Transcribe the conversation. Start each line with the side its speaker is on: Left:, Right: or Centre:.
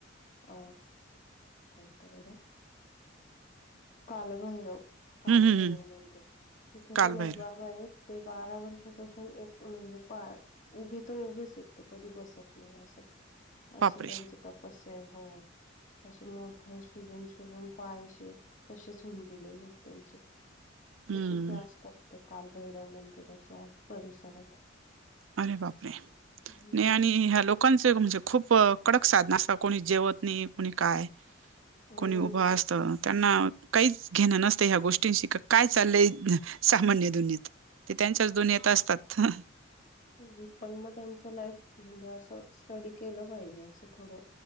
Left: अ कोणत बरं कालभैरव कालभैरव
Right: हम्म हम्म हम्म
Left: म्हणते तिथ
Right: कालभैरव
Left: पण एक बाबा आहेत ते बारा वर्षापासून एक म्हणजे पाय उभे तर उभेच आहेत ते कधी बसत नाही असं असं
Right: बापरे
Left: त्यांची तपस्या आहे हो असे मोठे सुजून सुजून पाय असे तसेच होऊन गेलेले आहेत त्यांचे ते
Right: हम्म
Left: तिथे असतात त्या कालभैरव मंदिराच्या परिसरात
Right: अरे बापरे
Left: हं.
Right: नाही आणि ह्यालोक लोकांचे म्हणजे खूप कडक साधना अस कोणी जेवत नाही कोणी काय
Left: हम्म.
Right: कोणी उभं असत त्यांना काहीच घेणं नसतं ह्या गोष्टींशी का काय चाललंय सामान्य दुनियेत ते त्यांच्याच दूनीयेत असतात ह
Left: हू पण मग त्यांचं लाईफ म्हणजे असं स्टडी केलं पाहिजे असं थोडं